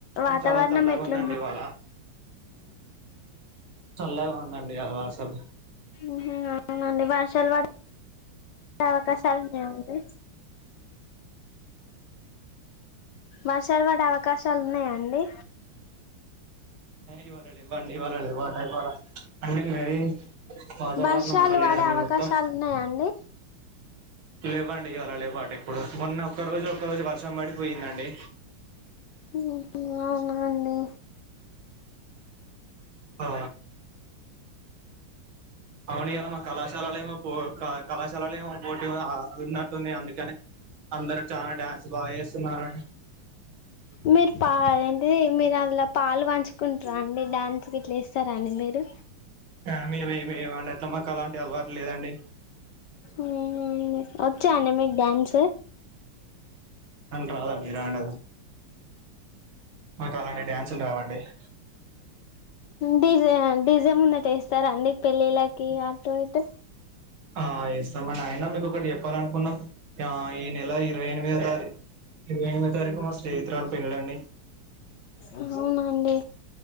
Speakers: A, on the left; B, on the right.
A: వాతావరణం
B: <unintelligible> చాలా చల్లగుందండి
A: ఎట్లుందండి
B: ఇవాళ. చల్లగ ఉందండి ఇయాల అసలు.
A: ఉహూ ఔనండి వర్షాల్ పడె అవకాశాలున్నాయ అండి వర్షాల్ పడే అవకాశాలున్నయ అండి.
B: ఇవాళ లెవ్వండి ఇవాళ లెవ్వ లెవ్వాల అండె మెరి వాతావరణం
A: వర్షాలు
B: అట్ల లేదండి
A: పడే అవకాశాలు
B: మొత్తం.
A: ఉన్నాయా అండి
B: లెవ్వండి ఇవాలా లెవ్వటెప్పుడు మొన్న ఒక్క రోజు ఒక్క రోజు వర్షం పడి పోయ్యిందండి.
A: ఉహూ ఔనా అండి.
B: ఆ ఔనియ్యాలా మన కళాశాలలేమో పోర్ క కళాశాలలేమో పోటీవ అ అదున్నట్టుంగి అందుకనే. అందరు చాలా డ్యాన్స్ బాగేస్. తున్నారు.
A: మీర్ పా ఏంటి మీరదులో పాలు పంచుకుంట్రా అండి డ్యాన్స్ గిట్లేస్తరా అండి మీరు.
B: అ మేమేమెయ్యమండ. త మకలాంటి అలవాట్ లేదండి.
A: ఉమ్ <unintelligible> ఒచ్చా అండి మీక్ డ్యాన్స్.
B: అంట రాదా రండ మాకు అలాండి డ్యాన్సులు కావండి <inaudible>
A: డిజ డిజై ముందటేస్తారాండి పెళ్ళిళ్ళకి అటు ఇటు
B: ఆ ఏస్తామండి అయినా మీకు ఒకటి చెప్పాల అనుకున్నా ఆ ఈ నెల ఇరవై ఎనిమిదో తారీఖ ఇరవై ఎనిమిది తారీఖు మా స్నేహిరాలీ పెళ్ళండి
A: అవునా అండి